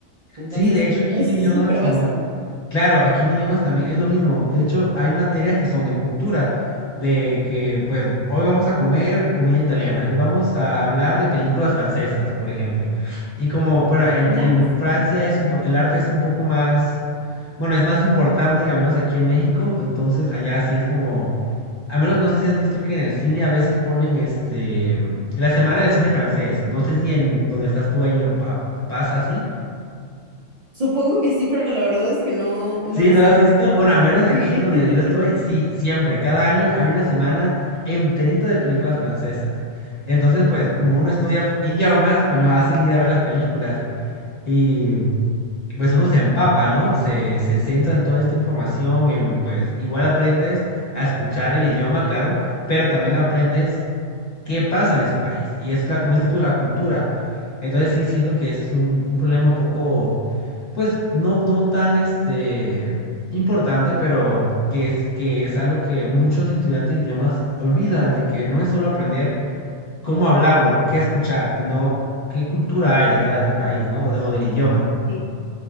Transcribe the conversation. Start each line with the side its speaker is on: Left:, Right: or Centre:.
Right: Entonces,
Left: Sí, de hecho aquí
Right: es
Left: en idiomas
Right: súper vasto.
Left: igual. Claro, aquí en idiomas también es lo mismo. De hecho, hay materias que son de cultura, de que pues hoy vamos a comer comida italiana, hoy vamos a hablar de películas francesas, por ejemplo. Y como, bueno, en,
Right: Nice.
Left: en Francia es un po- el arte es un poco más, bueno, es más importante que al menos aquí en México, entonces allá sí es como, al menos no sé si has visto que en el cine a veces ponen este, la semana del cine francés. No sé si en donde estás tú ahí pa- pasa así.
Right: Supongo que sí, pero la verdad es que no, no
Left: Sí,
Right: es...
Left: ¿no lo has visto? Bueno, al menos aquí
Right: Sí.
Left: donde
Right: <laughs>
Left: yo estoy, sí, siempre, cada año hay una semana enterita de películas francesas. Entonces, pues, como uno estudia idiomas, pues nos hacen ir a ver las películas. Y pues uno se empapa, ¿no? Se, se centra en toda esta información, en, pues igual aprendes a escuchar el idioma, claro, pero también aprendes qué pasa en ese país. Y es, la, como dices tú, la cultura. Entonces sí
Right: Sí,
Left: siento que ese es un, un problema un poco, pues no, no tan este, importante, pero que es, que es algo que muchos estudiantes de idiomas olvidan, de que no es solo aprender cómo hablarlo, qué escuchar, sino qué cultura hay detrás del país, ¿no? O, de- o del idioma.
Right: sí.